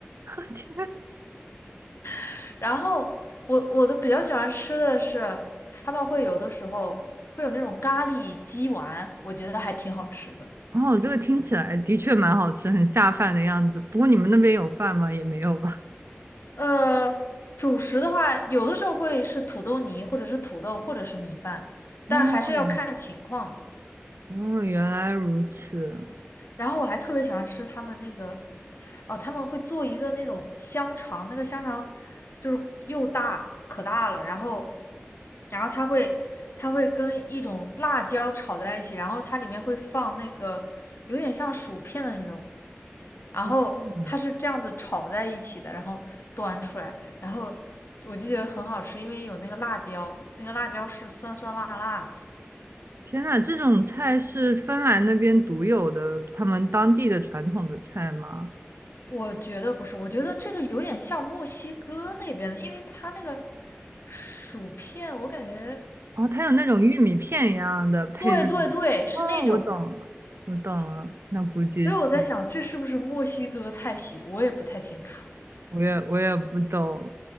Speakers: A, on the right; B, on the left.
A: <laughs> 天
B: <laughs> 然后我我的比较喜欢吃的是，他们会有的时候会有那种咖喱鸡丸，我觉得还挺好吃的。
A: 哦，这个听起来的确蛮好吃，很下饭的样子。不过你们那边有饭吗？也没有吧？
B: 呃，主食的话，有的时候会是土豆泥，或者是土豆，或者是米饭，
A: 哦，
B: 但还是要看情况的。
A: <laughs> 哦，原来如此。
B: 然后我还特别喜欢吃他们那个，哦，他们会做一个那种香肠，那个香肠就是又大可大了，然后，然后它会它会跟一种辣椒炒在一起，然后它里面会放那个有点像薯片的那种，然后它是这样子炒在一起的，
A: 嗯，
B: 然后端出来，然后我就觉得很好吃，因为有那个辣椒，那个辣椒是酸酸辣辣的。
A: 天呐，这种菜是芬兰那边独有的，他们当地的传统的菜吗？
B: 我觉得不是，我觉得这个有点像墨西哥那边的，因为它那个薯片，我感觉，
A: 哦，它有那种玉米片一样的配在里面。
B: 对对对，是那种，
A: 哦，我懂了，我懂了。那估计是，
B: 所以我在想，这是不是墨西哥菜系，我也不太清楚。
A: 我也我也不懂。